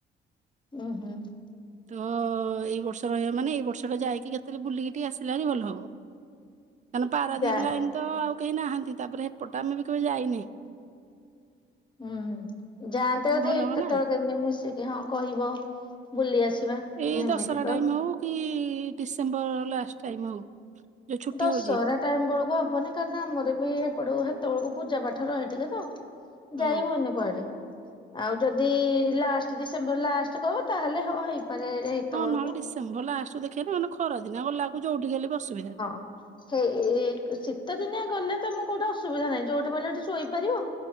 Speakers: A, on the left (about 25°); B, on the right (about 40°).
A: ଉୁଁ ହୁଁ।
B: ହ ଏଇ ବର୍ଷ ରହିବ ମାନେ ଏଇ ବର୍ଷଟା ଯାଇକି କେତେବେଳେ ବୁଲିକି ଟିକେ ଆସିଲାଣି ଭଲ ହବ। ପାରାଦୀପ
A: ଯା
B: ଲାଇନ ତ ଆଉ କେହି ନାହାନ୍ତି। ତାପରେ ଏପଟେ ଆମେ ବି କେବେ ଯାଇନି।
A: ହୁଁ ଯାଆନ୍ତେ ଯଦି
B: ଭଲ ହବ
A: କେତେବେଳେ
B: ନା
A: କେମିତି ମିଶିକି। ହଁ କହିବ ବୁଲି ଆସିବା।
B: ଏଇ
A: ହେମିତି
B: ଦଶହରା
A: ତ
B: ଟାଇମ ହଉ କି ଡିସେମ୍ବର ଲାଷ୍ଟ ଟାଇମ ହଉ। ଯୋଉ ଛୁଟି
A: ଦଶହରା
B: ହଉଛି
A: ଟାଇମ ବେଳକୁ ହବନି କାରଣ ଆମର ବି ସେପଟ ସେତେବେଳକୁ ପୂଜା ପାଠ ରହେ ଟିକେ ତ।
B: ହଁ
A: ଯାଇ ହୁଏନି। କୁଆଡେ ଆଉ ଯଦି ଲାଷ୍ଟ ଡିସେମ୍ବର ଲାଷ୍ଟ କହିବ ତାହେଲେ ହଁ ହେଇପାରେ ହେତ
B: ହଁ
A: ବେଳକୁ।
B: ନହେଲେ ଡିସେମ୍ବର ଲାଷ୍ଟକୁ ଦେଖିବାନି। ନହେଲେ ଖରା ଦିନ ଗଲାକୁ ଯୋଉଠିକି ହେଲେ ଅସୁବିଧା।
A: <unintelligible> ସେଇ ଶୀତ ଦିନିଆ ଗଲେ ତମକୁ କୋଉଠି ଅସୁବିଧା ନାହିଁ। ଯୋଉଠି ପାଇଲେ ସେଇଠି ଶୋଇପାରିବ।